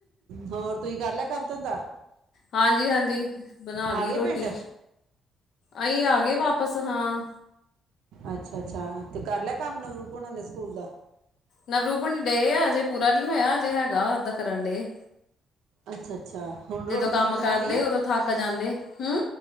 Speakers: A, on the right; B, on the left.
A: ਹੋਰ ਤੁਸੀਂ ਕਰ ਲੈ ਕੰਮ- ਧੰਦਾ।
B: ਹਾਂਜੀ- ਹਾਂਜੀ ਬਣਾ ਲਈ
A: ਆ ਗਏ
B: ਰੋਟੀ,
A: ਪਿੰਡ
B: ਅਸੀਂ ਆ ਗਏ ਵਾਪਿਸ ਹਾਂ।
A: ਅੱਛਾ- ਅੱਛਾ ਤੇ ਕਰ ਲਿਆ ਕੰਮ ਨਵਰੂਪ ਹੋਣਾ ਨੇ ਸਕੂਲ ਦਾ।
B: ਨਵਰੂਪਣੀ ਡੇ ਆ ਅਜੇ ਪੂਰਾ ਨੀ ਹੋਇਆ ਅਜੇ ਹੈਗਾ ਓਦਾਂ ਕਰਨ ਡੇ।
A: ਅੱਛਾ- ਅੱਛਾ ਹੁਣ ਰੋਟੀ-
B: ਕੰਮ
A: ਰੂਟੀ ਬਣਾ
B: ਕਰਦੇ
A: ਲਈ ਆ।
B: ਉਦੋਂ ਥੱਕ ਜਾਂਦੇ ਹੂੰ।